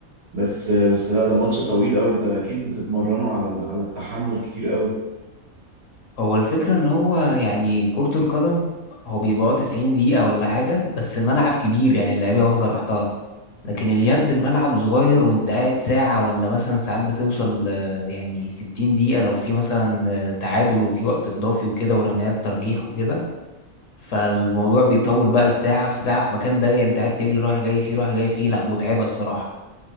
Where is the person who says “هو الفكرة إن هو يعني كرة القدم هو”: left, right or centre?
Left